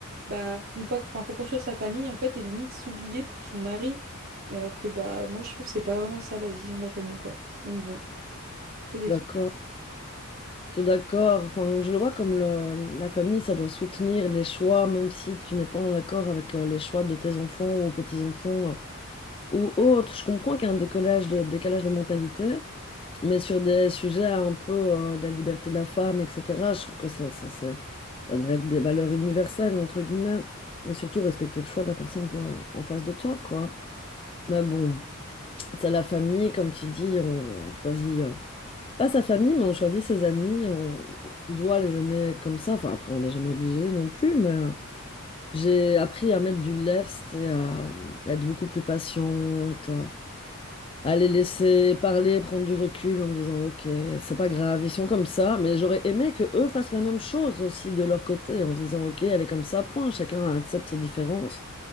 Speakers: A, on the right; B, on the left.
A: bah une fois que, enfin, faut construire sa famille en fait et limite s'oublier pour son mari. Mais alors que bah moi je trouve que c'est pas vraiment ça la vision de la famille quoi. Donc bon, un peu déçu.
B: D'accord. Je suis d'accord. Enfin, je le vois comme le- la famille, ça doit soutenir les choix, même si tu n'es pas en accord avec euh, les choix de tes enfants ou petits-enfants euh, ou autres. Je comprends qu'il y a un décollage de, décalage de mentalité, Mais sur des sujets un peu euh, de la liberté de la femme, etc., je trouve que ça, ça, ça- ça devrait être des valeurs universelles, entre guillemets, et surtout respecter le choix de la personne que- euh, en face de toi, quoi. Mais bon, c'est la famille, comme tu dis, on choisit, euh, pas sa famille, mais on choisit ses amis, et on, on doit les aimer comme ça. Enfin, après, on n'est jamais obligé non plus, mais euh, j'ai appris à mettre du lest et à être beaucoup plus patiente à les laisser parler, prendre du recul en me disant, ok, c'est pas grave, ils sont comme ça, mais j'aurais aimé que eux fassent la même chose aussi de leur côté, en se disant, ok, elle est comme ça, point, chacun accepte ses différences